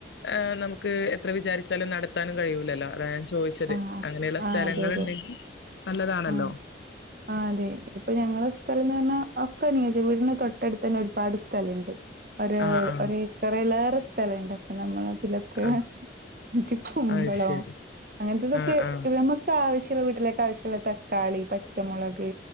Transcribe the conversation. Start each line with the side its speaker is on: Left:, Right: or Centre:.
Left: ആഹ് നമുക്ക് എത്ര വിചാരിച്ചാലും നടത്താനും കഴിയൂല്ലല്ലോ അത ഞൻ ചോദിച്ചേ ച്ചത്
Right: ആഹ്
Left: അങ്ങനെയുള്ള സ്ഥലങ്ങള്ണ്ടെങ്കിൽ
Right: ആഹ് അതെ അതെ.
Left: നല്ലതാണല്ലോ
Right: ആഹ് ആ അതെ ഇതിപ്പൊ ഞങ്ങളെ സ്ഥലം എന്ന് പറഞ്ഞാ <unintelligible> വീടിന് തൊട്ടടുത്ത് തന്നെ ഒരുപാട് സ്ഥലണ്ട് ഒര്
Left: ആ ആ
Right: ഒരെക്കറിലേറെ സ്ഥലണ്ട് അപ്പൊ നമ്മൾ അതിലൊക്കെ
Left: ആ
Right: ക്കെ <unintelligible> കുമ്പളം
Left: അത് ശരി
Right: അങ്ങനത്തെതൊക്കെ
Left: ആ ആ
Right: നമ്മക്ക് ആവശ്യള്ള വീട്ടിലേക്ക് ആവശ്യള്ള തക്കാളി പച്ചമുളക്